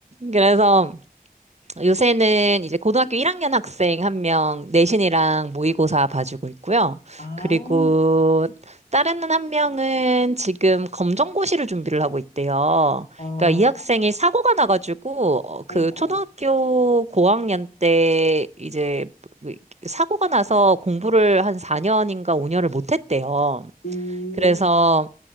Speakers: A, on the right; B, on the left.
A: 그래서 요새는 이제 고등학교 1학년 학생 한 명 내신이랑 모의고사 봐주고 있고요.
B: 아,
A: 그리고 다른 한 명은 지금 검정고시를 준비를 하고 있대요.
B: 아,
A: 그러니까 이 학생이 사고가 나가지고 어,
B: 아이고.
A: 그 초등학교 고학년 때 이제 그 사고가 나서 공부를 한 4년인가 5년을 못 했대요.
B: 음,
A: 그래서